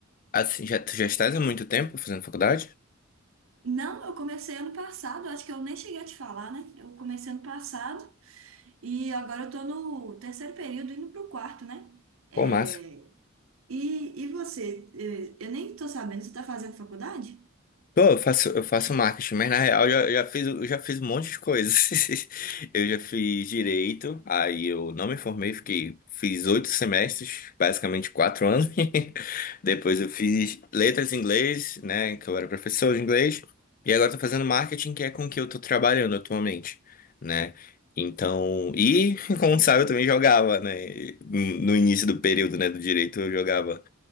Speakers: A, on the left; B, on the right.
A: Assim, já, tu já estás há muito tempo fazendo faculdade?
B: Não, eu comecei ano passado, acho que eu nem cheguei a te falar, né? Eu comecei ano passado e agora eu tô no terceiro período, indo pro quarto, né? É,
A: Pô, massa.
B: e, e você? eh, Eu nem tô sabendo, você tá fazendo faculdade?
A: Pô, eu faço, eu faço marketing, mas na real eu já, eu já fiz, eu já fiz um monte de coisas. <laughs> Eu já fiz direito, aí eu não me formei, fiquei, fiz oito semestres, basicamente quatro anos. <laughs> Depois eu fiz letras em inglês, né, que eu era professor de inglês. E agora eu tô fazendo marketing, que é com o que eu tô trabalhando atualmente, né? Então, e <laughs> como sabe, eu também jogava, né? No início do período, né, do direito, eu jogava.